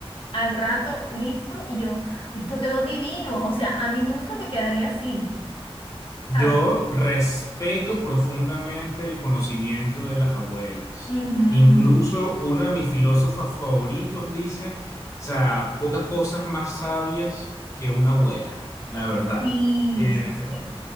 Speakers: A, on the left (about 60°); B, on the left (about 30°).
A: al rato listo, y yo, esto quedó divino, o sea, a mí nunca me quedaría así,
B: Yo
A: ¿sabes?
B: respeto profundamente el conocimiento de las abuelas.
A: Ujú.
B: Incluso uno de mis filósofos favoritos dice, o sea, pocas cosas más sabias que una abuela, la verdad.
A: Sí,
B: Eh,
A: eso es cierto.